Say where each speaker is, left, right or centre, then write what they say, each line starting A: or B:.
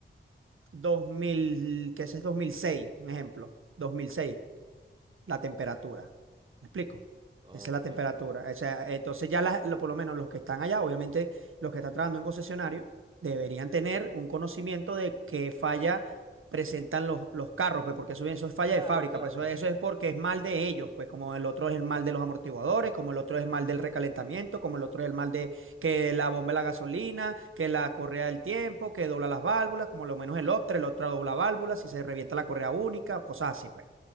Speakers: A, on the right; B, on the right.
A: 2000, que ese es 2006? un ejemplo, Dos mil seis la temperatura. ¿Me explico?
B: Ok.
A: Esa es la temperatura. O sea, entonces ya las- lo- por lo menos los que están allá, obviamente los que están trabajando en concesionario, deberían tener un conocimiento de qué falla presentan los, los carros, pues porque eso, eso es falla
B: Claro,
A: de fábrica,
B: claro.
A: pues eso, eso es porque es mal de ellos, pues como el otro es el mal de los amortiguadores, como el otro es el mal del recalentamiento, como el otro es el mal de que la bomba de la gasolina, que la correa del tiempo, que dobla las válvulas, como lo menos el otro, el otro dobla válvulas, si se revienta la correa única, cosas así, pues.